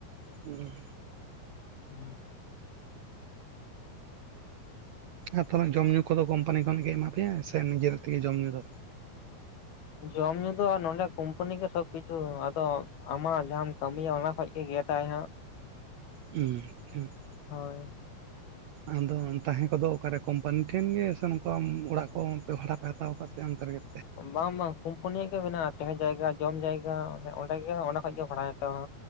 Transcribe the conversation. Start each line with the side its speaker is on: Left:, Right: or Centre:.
Right: ᱦᱮᱸ ᱾
Left: <inaudible>
Right: ᱟᱨ ᱛᱷᱚᱲᱮ ᱡᱚᱢ ᱧᱩ ᱠᱚᱼᱫᱚ ᱠᱳᱢᱯᱟᱱᱤ ᱠᱷᱚᱱᱟᱜ ᱜᱮ ᱮᱢᱟ ᱯᱮᱭᱟ᱾ ᱥᱮ ᱱᱤᱡᱮᱨ ᱛᱮᱜᱮ ᱡᱚᱢᱼ ᱧᱩ ᱫᱚ?
Left: ᱡᱚᱢ ᱧᱩ ᱫᱚ, ᱱᱚᱰᱮᱸ ᱠᱳᱢᱯᱟᱱᱤ ᱜᱮ ᱥᱚᱵ ᱠᱤᱪᱷᱩ ᱟᱫᱚ ᱟᱢᱟᱜ ᱡᱟᱦᱟᱸᱟᱢ ᱠᱟᱹᱢᱤᱭᱟ ᱾ ᱚᱱᱟ ᱠᱷᱚᱡ ᱜᱮ ᱜᱮᱫ ᱟᱭᱼᱦᱟᱸᱜ ᱾
Right: ᱦᱩᱸ ᱟᱪᱪᱷᱟ ᱾
Left: ᱦᱳᱭ ᱾
Right: ᱟᱫᱚ ᱛᱟᱦᱮᱸ ᱠᱚ-ᱫᱚ ᱚᱠᱟᱨᱮ ᱠᱳᱢᱯᱟᱱᱤ ᱴᱷᱮᱱ ᱜᱮ ᱥᱮ᱾ ᱱᱚᱝᱠᱟ ᱚᱲᱟᱜ ᱠᱚ ᱵᱷᱽᱟᱲᱟ ᱯᱮ ᱦᱟᱛᱟᱣ ᱟᱠᱟᱫ ᱛᱮ᱾ ᱚᱱᱛᱮ ᱨᱮᱜᱮ?
Left: ᱵᱟᱝ, ᱵᱟᱝ ᱠᱩᱢᱯᱟᱱᱤᱭᱟ-ᱜ ᱜᱮ ᱢᱮᱱᱟᱜᱼᱟ᱾ ᱛᱟᱦᱮᱸ ᱡᱟᱭᱜᱟ ᱡᱚᱢ ᱡᱟᱭᱜᱟ ᱮ ᱚᱸᱰᱮ ᱜᱮ ᱚᱸ ᱠᱷᱚᱡ ᱜᱮ ᱵᱷᱟᱲᱟᱭ ᱦᱟᱛᱟᱣᱟ